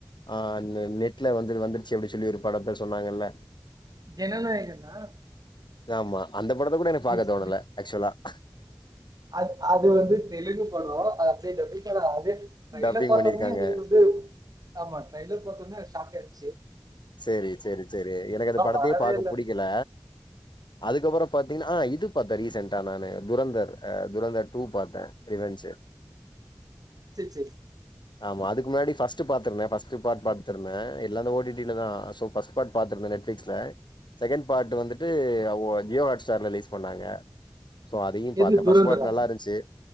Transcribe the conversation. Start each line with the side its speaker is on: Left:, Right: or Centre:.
Left: ஆ நெட்ல வந்து வந்துடுச்சு அப்படின் சொல்லி ஒரு பட பேர் சொன்னாங்கல்ல.
Right: ஜனநாயகன்னா
Left: ஆமா அந்த படத்தை கூட எனக்கு பாக்க
Right: விஜ்
Left: தோணல, ஆக்சுவலா. <inaudible>
Right: அ அது வந்து தெலுங்கு படம், <unintelligible> அதே ட்ரைலர்
Left: டப்பிங்
Right: பாத்த
Left: பண்ணிருக்காங்க
Right: ஒனே எங்களுக்கு வந்து ஆமா ட்ரைலர் பாத்த ஒனே அது ஷாக் ஆயிச்சு.
Left: செரி செரி செரி எனக்கு அந்த படத்தையே
Right: வரவே
Left: பாக்க
Right: இல்ல
Left: புடிக்கல. அதுக்கப்பற பாத்தீங்னா, இது பாத்தே ரீசன்டா நானு துரந்தர், துரந்தர் டூ பாத்தேன் ரிவென்ச்சு. <inaudible>
Right: சேர் சேரி
Left: ஆமா அதுக்கு முன்னாடி ஃபர்ஸ்ட் பாத்துருந்தேன். ஃபர்ஸ்ட் பார்ட் பாத்துருந்தே. எல்லா அந்த ஓடி டிலதா சோ ஃபர்ஸ்ட் பார்ட் பாத்துருந்தே, நெட் ஃப்ளிக்ஸ்ல. செகண்ட் பார்ட் வந்துட் டு
Right: சரி
Left: ஜியோ ஹாட் ஸ்டார் ரிலீஸ் பண்ணாங்க. சோ அதையு
Right: எது
Left: பாத்தே.
Right: துரந்தரா
Left: ஃபர்ஸ்ட் பார்ட் நல்லாருந்துச்சு.